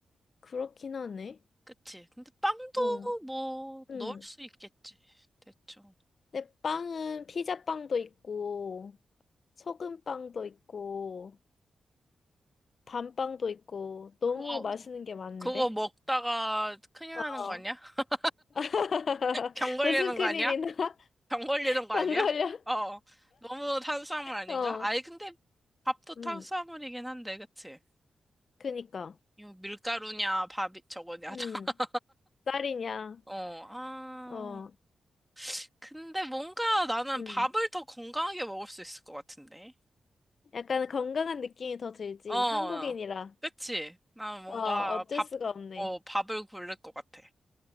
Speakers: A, on the left; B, in the centre.
A: 그렇긴 하네.
B: 그치? 근데 빵도
A: 어,
B: 뭐
A: 음.
B: 넣을 수 있겠지. 대충.
A: 근데 빵은 피자빵도 있고 소금빵도 있고 밤빵도 있고 너무
B: 그거,
A: 맛있는 게 많은데.
B: 그거 먹다가 큰일
A: 어.
B: 나는 거 아니야? <laughs>
A: <laughs>
B: 병 걸리는
A: 무슨 큰일이나?
B: 거 아니야?
A: <laughs>
B: 병 걸리는 거
A: 병
B: 아니야?
A: 걸려?
B: 어. 너무 탄수화물 아닌가?
A: 어,
B: 아니, 근데 밥도 탄수화물이긴
A: 음.
B: 한데, 그치?
A: 그니까.
B: 이거 밀가루냐, 밥이 저거냐,
A: 음.
B: 다. <laughs>
A: 딸이냐?
B: 어, 아.
A: 어,
B: 근데 뭔가 나는
A: 음.
B: 밥을 더 건강하게 먹을 수 있을 것 같은데.
A: 약간 건강한 느낌이 더 들지.
B: 어,
A: 한국인이라.
B: 그치? 나는 뭔가
A: 어, 어쩔
B: 밥,
A: 수가 없네.
B: 어, 밥을 고를 것 같아.